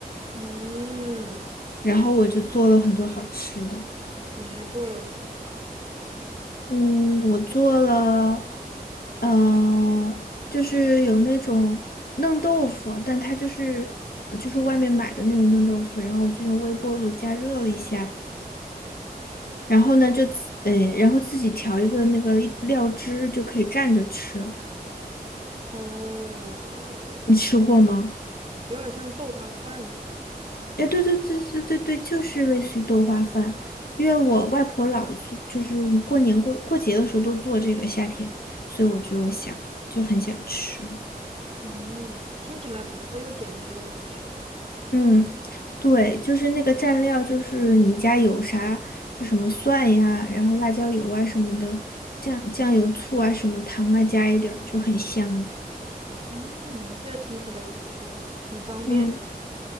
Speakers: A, on the right (about 35°); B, on the left (about 70°).
A: 嗯，
B: 然后我就做了很多好吃的。
A: 那你还做了什么？
B: 嗯，我做了，呃，就是有那种嫩豆腐，但它就是呃就是外面买的那种嫩豆腐，然后我就用微波炉加热了一下，然后呢就自，
A: 哦
B: 诶，然后自己调一个那个料汁就可以蘸着吃。
A: 哦，
B: 你吃过吗？
A: 有点像豆花饭是吧？
B: 哎，对对对对对对，就是类似于豆花饭，因为我外婆老做，就是过年过过节的时候都做这个夏天，所以我就想就很想吃。
A: 嗯，听起来不错，又简单又好吃。
B: 嗯，对，就是那个蘸料，就是你家有啥，就什么蒜呀，然后辣椒油啊什么的，酱酱油、醋啊，什么糖啊，加一点儿就很香了
A: 嗯，这听起来不错，挺方便的
B: 嗯，